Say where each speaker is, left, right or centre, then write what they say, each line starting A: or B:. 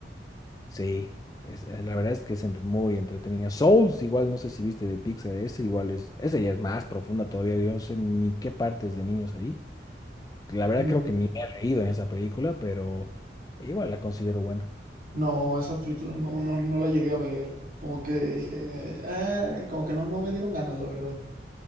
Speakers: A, on the left; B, on the right.
A: sí, es, eh, la verdad es que es entre- muy entretenida. Souls, igual no sé si viste de Pixar, ese igual es, esa ya es más profunda todavía, yo no sé ni qué partes de niños ahí. La verdad
B: Mm,
A: creo que ni me he reído en esa película, pero igual la considero buena.
B: no, esa película no, no, no la llegué a ver. Como que dije, "Ah", como que no, no me dieron ganas, la verdad.